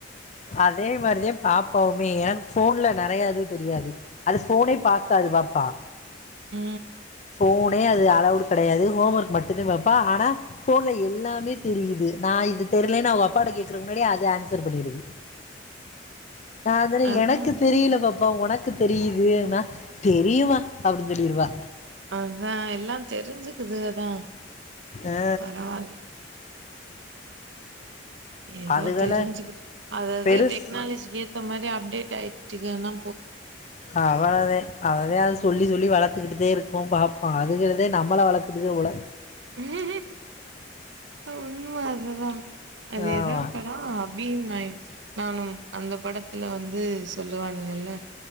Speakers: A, on the left; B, on the right.
A: அதே மாரிதா பாப்பவுமே எனக்கு ஃபோன்ல நெறைய இது தெரியாது அது ஃபோனே பாக்காது பாப்பா
B: உ
A: ஃபோனே அது அளவுடு கெடையாது ஹோம் ஒர்க் மட்டுதா பாப்பா ஆனா ஃபோன்ல எல்லாமே தெரியுது நா இது தெர்லன்னு அவ அப்பாட கேக்குறக்கு முன்னாடியே அது ஆன்சர் பண்ணிருது ஆ அதான
B: அதா
A: எனக்கு தெரியல பாப் பா ஒனக்கு தெரியுது னா தெரியுமா அப்டினு சொல்லிருவா
B: அதா எல்லா தெரிஞ்சுக்குதுக தா
A: ஆ
B: பரவால்ல ஏதோ
A: அதுகள
B: தெரிஞ்சுக்கிட்டு அது அது
A: பெருசு
B: டெக்னாலஜிலே த்த மாரி அப்டேட் ஆயிர்சுகனா
A: அவளதே அதா அது சொல்லி சொ ல்லி வளத்துக்கிட்டு தே இருக்கோ பாப்போ அதுங்கலுதே நம்மள வளக்குதுக போல
B: உஹு உ உண்ம அதுதா அதுஏதோ
A: ஆமா
B: படோ அபியும் நாயும் நானும் அந்த படத்துல வந்து சொல்லுவாங்கல்ல